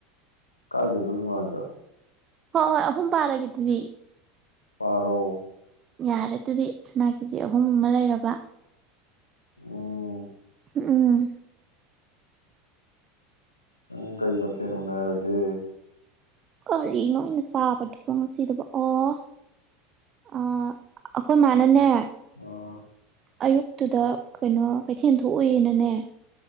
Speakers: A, on the left (about 85°); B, on the right (about 30°).
A: ꯀꯥꯏꯖꯗ꯭ꯔꯣ ꯃꯤꯃꯥꯡꯗ
B: ꯍꯣꯏ ꯍꯣꯏ ꯑꯍꯨꯝ ꯄꯥꯔꯒꯦ ꯑꯗꯨꯗꯤ
A: ꯄꯥꯔꯣ
B: ꯌꯥꯔꯦ ꯑꯗꯨꯗꯤ ꯁꯅꯥ ꯀꯦꯖꯤ ꯑꯍꯨꯝ ꯑꯃ ꯂꯩꯔꯕ
A: ꯎꯝ
B: ꯎꯝ
A: ꯅꯪ ꯀꯔꯤ ꯃꯊꯦꯜ ꯎꯅꯔꯒꯦ
B: ꯀꯔꯤꯅꯣ ꯑꯩꯅ ꯆꯥꯕꯗꯨꯕꯨ ꯉꯁꯤꯗꯨꯕꯨ ꯑꯣ ꯑꯥ ꯑꯩꯈꯣꯏ ꯃꯥꯅꯅꯦ
A: ꯑꯥ
B: ꯑꯌꯨꯛꯇꯨꯗ ꯀꯩꯅꯣ ꯀꯩꯊꯦꯜ ꯊꯣꯛꯎꯏꯅꯅꯦ